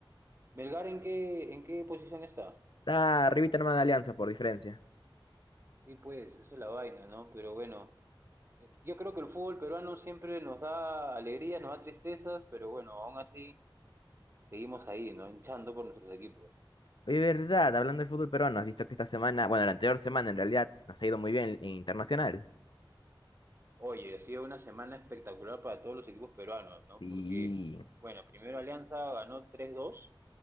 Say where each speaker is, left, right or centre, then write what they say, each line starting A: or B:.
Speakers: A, on the right; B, on the left.
A: Melgar, ¿en qué, en qué posición está?
B: Está arribita nomás de Alianza, por diferencia.
A: Sí, pues, esa es la vaina, ¿no? Pero bueno, Yo creo que el fútbol peruano siempre nos da alegrías, nos da tristezas, pero bueno, aún así seguimos ahí, ¿no? Hinchando por nuestros equipos.
B: Oye, verdad, hablando del fútbol peruano, has visto que esta semana, bueno, la anterior semana en realidad, nos ha ido muy bien en internacional.
A: Oye, ha sido una semana espectacular para todos los equipos peruanos, ¿no?
B: Sí,
A: Porque, bueno, primero Alianza ganó tres dos